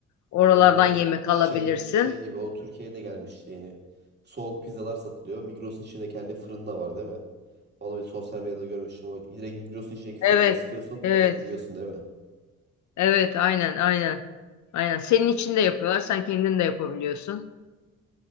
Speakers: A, on the left; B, on the right.
A: Oralardan
B: Orada
A: yemek alabilirsin.
B: şey şey gibi o Türkiye'ye de gelmişti yeni. Soğuk pizzalar satılıyor. Migros'un içinde kendi fırın da var değil mi? Onu bir sosyal medyada görmüştüm. O direkt Migros'un içindeki
A: Evet,
B: fırında ısıtıyorsun,
A: evet,
B: alıp gidiyorsun değil mi?
A: evet, aynen, aynen. Aynen. Senin için de yapıyorlar. Sen kendin de yapabiliyorsun.